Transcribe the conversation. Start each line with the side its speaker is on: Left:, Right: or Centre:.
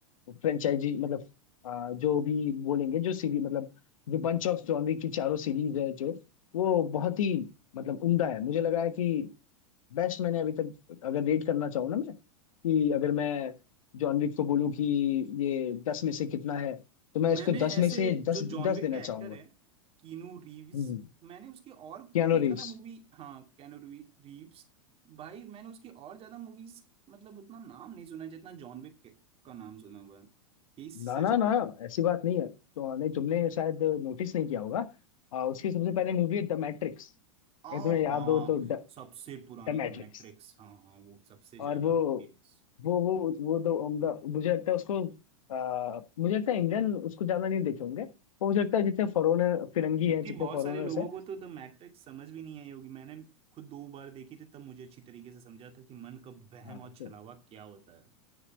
Left: फ्रेंचाइजी मतलब आ, जो भी बोलेंगे जो सीरीज मतलब जो बंच ऑफ जॉनरी की चारों सीरीज है जो वो बहुत ही मतलब उम्दा है मुझे लगा है कि बेस्ट मैंने अभी तक अगर रेट करना चाहूँ ना मैं कि अगर मैं जॉनरी को बोलूँ कि ये दस में से कितना है तो मैं
Right: मैंने
Left: इसको दस
Right: ऐसे
Left: में से दस
Right: जो जॉन
Left: दस
Right: विक
Left: देना
Right: का
Left: चाहूंगा
Right: एक्टर है कीनू रीव्स
Left: हम्म
Right: मैंने उसकी और
Left: कियानो
Right: उतनी ज्यादा
Left: रीव्स
Right: मूवी हाँ कैनू रीव्स भाई मैंने उसकी और ज्यादा मूवीज मतलब उतना नाम नहीं सुना जितना जॉन विक के- का नाम सुना हुआ है यही सच
Left: ना ना
Right: बात
Left: ना
Right: है
Left: ऐसी बात नहीं है तो नहीं तुमने शायद नोटिस नहीं किया होगा आ, उसकी सबसे पहले मूवी है द मैट्रिक्स
Right: आ
Left: अगर तुम्हें याद
Right: हाँ
Left: हो तो द
Right: सबसे पुरानी
Left: मैट्रिक्स
Right: द मैट्रिक्स हाँ हाँ वो सबसे
Left: और
Right: ज्यादा
Left: वो
Right: फेमस
Left: वो वो वो दो उम्दा मुझे लगता है उसको आ, मुझे लगता है इंडियन उसको ज्यादा नहीं देखे होंगे वो मुझे लगता है जितने फॉरेनर फिरंगी
Right: क्योंकि
Left: हैं जितने
Right: बहुत
Left: फॉरेनर्स
Right: सारे लोगों
Left: हैं
Right: को तो द मैट्रिक्स समझ भी नहीं आई होगी मैंने खुद दो बार देखी थी तब मुझे अच्छी तरीके से समझा था कि मन का वहम
Left: हाँ,
Right: और छलावा
Left: तो,
Right: क्या होता है